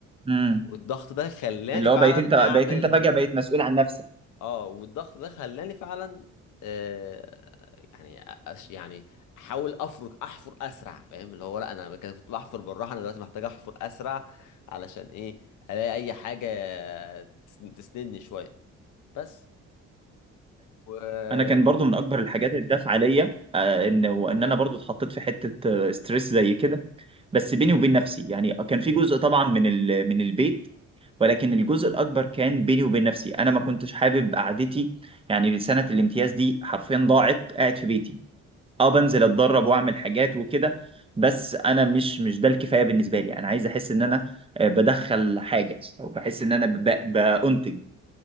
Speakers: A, on the right (about 20°); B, on the left (about 80°).
A: امم
B: والضغط ده خلاني
A: اللي
B: فعلا
A: هو بقيت انت
B: اعمل
A: بقيت انت فجاه بقيت مسؤول عن نفسك
B: اه والضغط ده خلاني فعلا آه يعني أش يعني احاول افرك احفر اسرع فاهم اللي هو لا انا كده كنت بحفر بالراحه انا دلوقتي محتاج احفر اسرع علشان ايه الاقي اي حاجه تسن- تسندني شويه بس و
A: انا كان برضو من اكبر الحاجات اللي دافعه ليا آه، ان وان انا برضو اتحطيت في حته ستريس زي كده بس بيني وبين نفسي يعني كان في جزء طبعا من ال... من البيت ولكن الجزء الاكبر كان بيني وبين نفسي انا ما كنتش حابب قعدتي يعني سنه الامتياز دي حرفيا ضاعت قاعد في بيتي اه بنزل اتدرب واعمل حاجات وكده بس انا مش مش ده الكفايه بالنسبه لي انا عايز احس ان انا آه، بدخل حاجه او بحس ان انا ب... بأنتج